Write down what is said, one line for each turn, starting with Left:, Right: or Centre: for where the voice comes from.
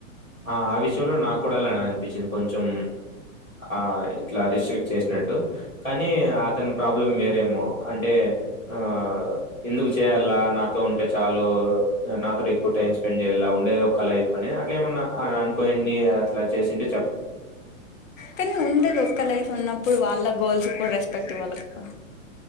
Centre: ఆ ఆ విషయంలో నాకు కూడా అలా అనిపించింది కొంచెం. ఆ ఇట్లా రిస్ట్రిక్ట్ చేసినట్టు కానీ అతని ప్రాబ్లం వేరేమో. అంటే ఆ ఎందుకు చేయాల్ల నా తో ఉంటే చాలు నాతో ఎక్కువ టైం స్పెండ్ చేయాల్ల ఉండే ఒక లైఫ్ అని అట్లా ఏమన్నా అని అనుకోనీడి అట్లా చేసిన్ది
Left: కానీ ఉండేద్ ఒక్క లైఫ్ ‌ ఉన్నప్ ఇప్పుడు వాళ్ళ గోల్స్ కూడా రెస్పెక్ట్ ఇవ్వాలి కా.